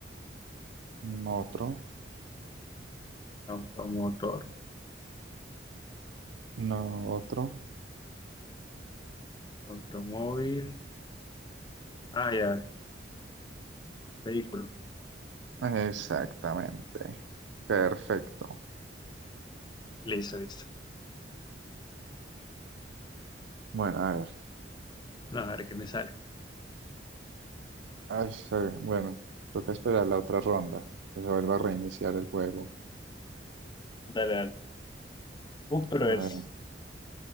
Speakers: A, on the right; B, on the left.
A: mm, Otro.
B: automotor.
A: No, otro.
B: Automóvil. Ah, ya. Vehículo.
A: Exactamente. Perfecto.
B: Listo, listo.
A: Bueno, a ver.
B: No, a ver qué me sale.
A: Ay, sí, bueno, toca esperar la otra ronda. Que se vuelva a reiniciar el juego.
B: Dale, dale. Uh, pero
A: A
B: es.
A: ver.